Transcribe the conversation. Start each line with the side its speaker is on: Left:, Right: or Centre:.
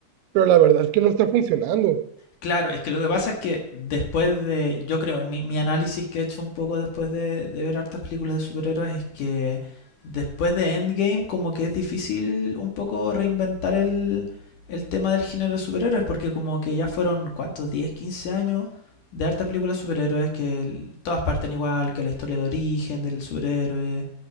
Right: pero la verdad es que no está funcionando.
Left: Claro, es que lo que pasa es que después de, yo creo, mi, mi análisis que he hecho un poco después de, de ver hartas películas de superhéroes es que después de Endgame como que es difícil un poco reinventar el, el tema del género de superhéroes porque como que ya fueron, ¿cuántos? diez quince años de hartas películas de superhéroes que el- todas parten igual, que la historia de origen del superhéroe,